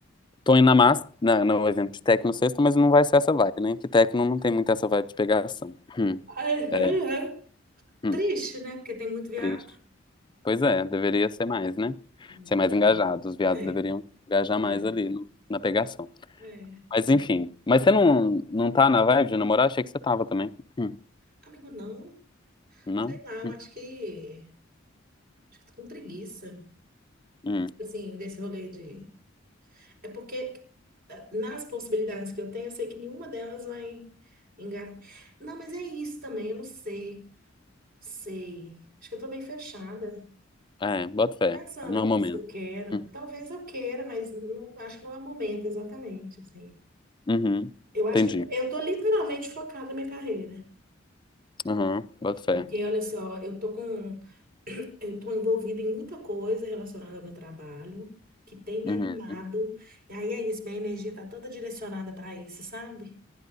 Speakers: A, on the left; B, on the right.
A: Tô indo na massa, na, no evento de techno sexta, mas não vai ser essa vibe, né? Que techno não tem muito essa vibe de pegação. Hum,
B: Ai,
A: é,
B: ai, ai.
A: hum,
B: Triste, né? Porque tem muito viado.
A: triste. Pois é, deveria ser mais, né?
B: Hum.
A: Ser mais engajado. Os viados
B: É,
A: deveriam engajar mais
B: é,
A: ali no- na pegação.
B: é.
A: Mas enfim. Mas você não, não tá na vibe de namorar? Achei que você tava também. Hum,
B: Amigo, não.
A: não?
B: Sei lá, eu
A: Hum,
B: acho que... Acho que tô com preguiça.
A: hum.
B: Assim, desse rolê de... É porque eh, nas possibilidades que eu tenho, eu sei que nenhuma delas vai engatar. Não, mas é isso também, eu não sei. Sei. Acho que eu tô bem fechada.
A: É, bota fé.
B: pensando
A: Não
B: aqui
A: é o momento.
B: se eu quero.
A: Hum,
B: Talvez eu queira, mas não, acho que não é o momento exatamente, assim.
A: uhum.
B: Eu acho
A: Entendi.
B: que eu tô, eu tô literalmente focada na minha carreira.
A: Uhum, boto fé.
B: Porque, olha só, eu tô com... <clears throat> Eu tô envolvida em muita coisa relacionada ao meu trabalho, que tem me
A: Uhum.
B: animado. E aí é isso, minha energia tá toda direcionada para isso, sabe?